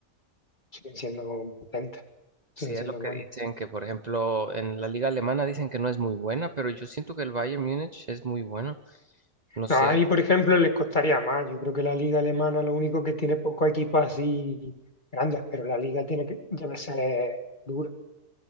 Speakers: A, on the left; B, on the right.
A: siguen siendo potentes, siguen
B: sí es
A: siendo
B: lo que
A: buenos.
B: dicen, que por ejemplo en la liga alemana dicen que no es muy buena, pero yo siento que el Bayern Múnich es muy bueno. No
A: No,
B: sé,
A: ahí, por ejemplo, les costaría más. Yo creo que la liga alemana lo único que tiene poco equipos así grandes, pero la liga tiene que, debe ser dura.